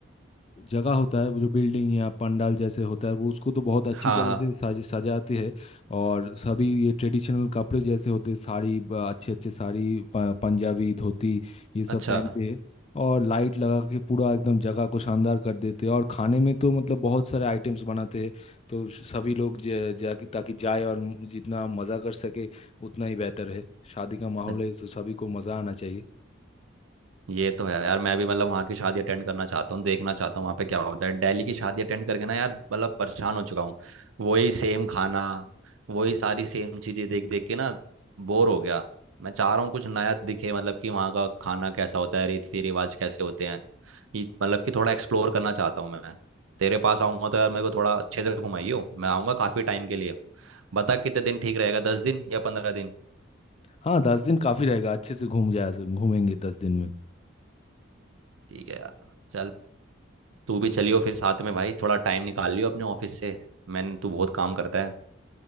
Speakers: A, on the left (about 30°); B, on the right (about 85°).
A: अ, जगह होता है वो जो बिल्डिंग या पंडाल जैसे होता है वो उसको तो बहुत अच्छी
B: हाँ
A: तरह
B: हाँ
A: से सज सजाते हैं और सभी ये ट्रेडिशनल कपड़े जैसे होते हैं साड़ी ब- अच्छे अच्छे साड़ी प- पंजाबी धोती ये सब
B: अच्छा
A: पहनते हैं और लाइट लगा के पूरा एकदम जगह को शानदार कर देते हैं और खाने में तो मतलब बहुत सारे आइटम्स बनाते हैं तो सभी लोग जा, जा ताकि जाए और जितना मज़ा कर सके उतना ही बेहतर है शादी का माहौल
B: चल।
A: है तो सभी को मजा आना चाहिए
B: ये तो है यार मैं भी मतलब वहाँ की शादी अटेंड करना चाहता हूँ देखना चाहता हूँ वहाँ पे क्या होता है दिल्ली की शादी अटेंड करके ना यार मतलब परेशान हो चुका हूँ वही सेम खाना वही सारी सेम चीज़ें देख देख के ना बोर हो गया मैं चाह रहा हूँ कुछ नया दिखे मतलब कि वहाँ का खाना कैसा होता है रीति रिवाज कैसे होते हैं ये मतलब कि थोड़ा एक्सप्लोर करना चाहता हूँ मैं तेरे पास आऊँगा तो यार मेरे को थोड़ा अच्छे से घुमाइयो मैं आऊँगा काफ़ी टाइम के लिए बता कितने दिन ठीक रहेगा दस दिन या पंद्रह दिन
A: हाँ दस दिन काफी रहेगा अच्छे से घूम जाए घूमेंगे दस दिन में
B: ठीक है यार चल तू भी चलियो फिर साथ में भाई थोड़ा टाइम निकाल लियो अपने ऑफिस से मैंने तू बहुत काम करता है